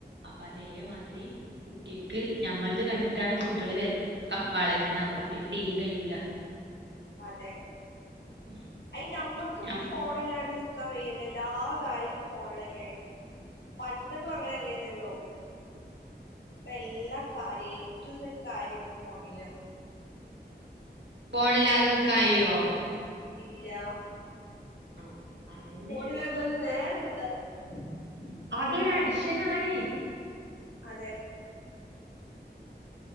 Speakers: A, on the right (about 85°); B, on the left (about 85°).
A: അപ്പൊ അതേ മാതിരി കുട്ടികക്ക് ഞമ്മൾത് കണ്ടിട്ടാണ് കുട്ടികള് വര വളരണ് അപ്പൊ കുട്ടികക്ക് തീരെയും കഴിയൂല.
B: അതെ
A: ഉം
B: അയി നമ്മ ഇക്ക് ഇപ്പൊ
A: ഞം
B: ഫോണില്ല ല്ലാണ്ട് നിക്കാൻ വയ്യല്ല എല്ലാ കാര്യം ഇപ്പൊ ഫോണിലല്ലേ, പണ്ടൊന്നും അങ്ങനെല്ലേന്നല്ലോ, ഇപ്പൊ എല്ലാ കാര്യം ഏറ്റു സഡ് കാര്യവും ഫോണിലാ.
A: ഫോണില്ലാതെ നിക്കാൻ കയ്യോ?
B: ഇല്ല
A: ആഹ് അതന്നെ
B: ഫോണില്ലാതെ ഒരു നേര <unintelligible>
A: അതൊരു അഡിഷൻ ആണ്
B: അതെ